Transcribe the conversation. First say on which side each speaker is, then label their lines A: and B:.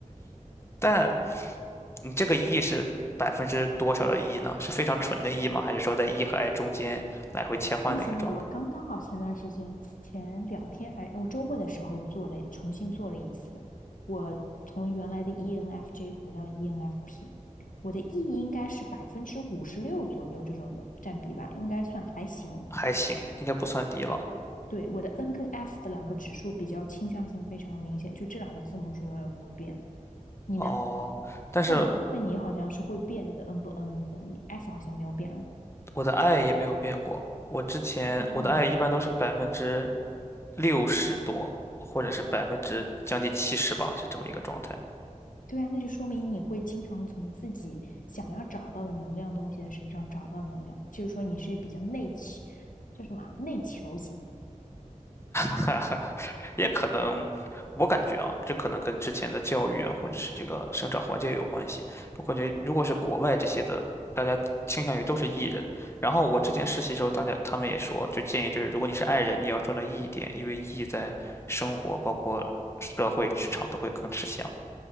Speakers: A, on the left; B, on the left.
A: 但你这个 E 是百分之多少的 E 呢？是非常纯的 E 吗？还是说在 E 和 I 中间来回切换的一个状态？
B: 恭喜你，我刚刚好前段时间，前两天还我周末的时候做了，重新做了一次。我从原来的 ENFJ 回到 ENFP，我的 E 应该是百分之五十六左右这种的占比吧，应该算还行。
A: 还行，应该不算低了。
B: 对，我的 N 跟 F 的两个指数比较倾向性非常的明显，就这两个字母是永远不会变的。你呢？
A: 哦，但是。
B: 但我但你好像是会变那个 N 不 N 的，你 F 好像没有变过。
A: 我的爱也没有变过。我之前我的爱一般都是百分之
B: 嗯，
A: 六十多，或者是百分之将近七十吧，是这么一个状态。
B: 对啊，那就说明你会经常从自己想要找到的能量东西的身上找到能量，就是说你是比较内求，叫什么内求型。
A: <laughs> 也可能，我感觉啊，这可能跟之前的教育啊，或者是这个生长环境有关系。我感觉如果是国外这些的，大家倾向于都是 E 人。然后我之前实习时候，大家他们也说，就建议就是，如果你是 I 人，你也要专到 E 一点，因为 E 在生活包括社会职场都会更吃香。